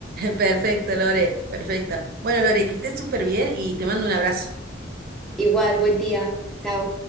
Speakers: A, on the right; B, in the centre.
A: Perfecto, Lore, perfecto. Bueno, Lore, que estés súper bien y te mando un abrazo.
B: Igual, buen día. Chao.